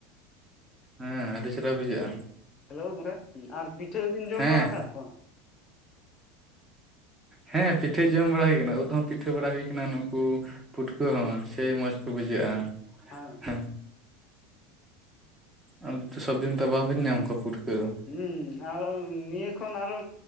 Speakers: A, on the right; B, on the left.
A: ᱦᱮᱸ ᱟᱹᱰᱤ ᱪᱮᱨᱦᱟ ᱵᱩᱡᱷᱟᱹᱜᱼᱟ᱾
B: ᱦᱮᱞᱳ ᱜᱚᱨᱮ ᱟᱨ ᱯᱤᱴᱷᱟᱹ ᱵᱤᱱ ᱡᱚᱢ
A: ᱦᱮᱸ
B: ᱵᱟᱲᱟᱣ ᱠᱟᱜ ᱠᱚᱣᱟ?
A: ᱦᱮᱸ ᱯᱤᱴᱷᱟᱹ ᱡᱚᱢ ᱵᱟᱲᱟᱭ ᱦᱩᱭ ᱠᱟᱱᱟ, ᱩᱫᱽ ᱦᱚᱸ ᱯᱤᱴᱷᱟᱹ ᱵᱟᱲᱟ ᱦᱩᱭ ᱠᱟᱱᱟ ᱱᱩᱝᱠᱩ ᱯᱩᱴᱠᱟᱹ ᱦᱚᱸ ᱥᱮᱭ ᱢᱚᱡᱽ ᱠᱚ ᱵᱩᱡᱷᱟᱹᱜᱼᱟ᱾
B: ᱦᱟᱸ
A: ᱦᱮᱸ ᱟᱸ ᱥᱚᱵᱽᱫᱤᱱ ᱛᱚ ᱵᱟᱵᱤᱱ ᱧᱟᱢ ᱠᱚᱣᱟ ᱯᱩᱴᱠᱟᱹ ᱫᱚ᱾
B: ᱦᱩᱸ ᱟᱨᱚ ᱱᱤᱭᱟᱹ ᱠᱷᱚᱱ ᱟᱨᱚ